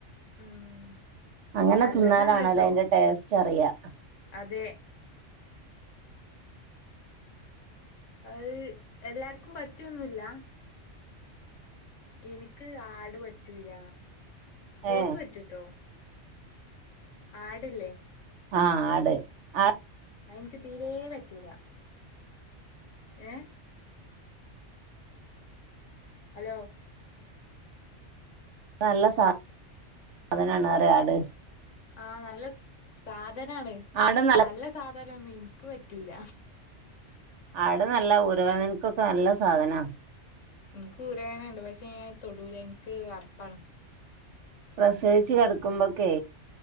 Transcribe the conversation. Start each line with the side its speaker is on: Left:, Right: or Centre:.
Left: ഉം
Right: അങ്ങനെ
Left: നല്ലതാണ്
Right: തിന്നാലാണല്ല
Left: ട്ടോ
Right: അയിന്റെ ടേസ്റ്റ് അറിയാ
Left: അതെ അഹ് എല്ലാർക്കും പറ്റിയൊന്നുല്ല ഇനിക്ക് ആട് പറ്റൂല പോത്ത്
Right: ഏ
Left: പറ്റൂട്ടോ ആടില്ലേ
Right: ആഹ് ആട് ആ
Left: അഹ് ഇൻക്ക് തീരെേ പറ്റുല്ല ഏഹ് ഹലോ
Right: നല്ല സാധനാണ് അറിയ ആട്
Left: ആഹ് നല്ല സാധനാണ്
Right: ആടും നല്ല
Left: നല്ല സാധനൊന്നും ഇൻക്ക് പറ്റൂല
Right: ആട് നല്ല ഊരവേനക്കൊക്കെ നല്ല സാധനാ
Left: ഇൻക്ക് ഊരവേനണ്ട് പക്ഷെ ഞാൻ തൊടുല ഇൻക്ക് അറപ്പാണ്
Right: പ്രസവിച്ചു കെടക്കുമ്പോക്കെ